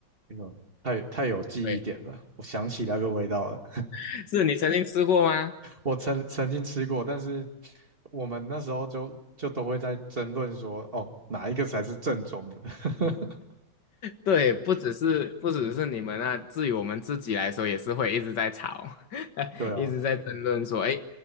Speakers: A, on the right; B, on the left.
A: 那个太太有记忆点了，
B: 对，
A: 我想起那个味道了。
B: <laughs> 是你曾经吃过吗？
A: 我曾曾经吃过，但是我们那时候就就都会在争论说，哦，哪一个才是正宗的？<laughs>
B: 对，不只是不只是你们啊，至于我们自己来说，也是会一直在吵，<laughs>
A: 对啊，
B: 一直在争论说，哎，